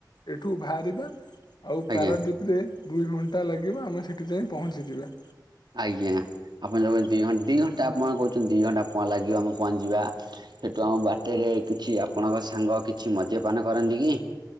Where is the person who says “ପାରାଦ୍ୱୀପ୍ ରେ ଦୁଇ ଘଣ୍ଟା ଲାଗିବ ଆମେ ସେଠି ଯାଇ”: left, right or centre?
Left